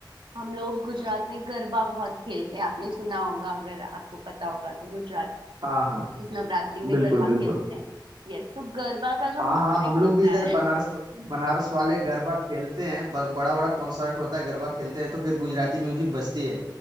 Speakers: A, on the right; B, on the right.
A: हम लोग गुजरात में गरबा बहुत खेलते हैं आपने सुना होगा अगर आपको पता होगा तो गुजरात
B: हाँ हाँ
A: इस नवरात्रि में
B: बिल्कुल
A: गरबा
B: बिल्कुल
A: खेलते हैं यस तो गरबा का जो
B: हाँ
A: म्यूजिक
B: हाँ हम लोग
A: होता
B: भी इधर
A: है
B: बनारस बनारस वाले गरबा खेलते हैं ब, बड़ा बड़ा कॉन्सर्ट होता है गरबा खेलते हैं तो फिर गुजराती म्यूजिक बजती है